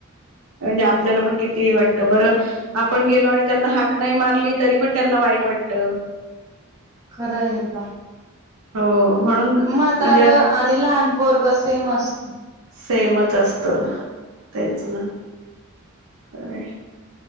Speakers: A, on the right; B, on the right.
A: म्हणजे आपल्याला पण किती वाटतं बरं आपण गेलो आणि त्यांना हाक नाही मारली तरी पण त्यांना वाईट वाटत.
B: खरं हे पण
A: हो म्हणून
B: म्हातार
A: म्हणजे
B: आणि लहान पोरग सेम असत
A: सेमच असत तेच ना खरं हे.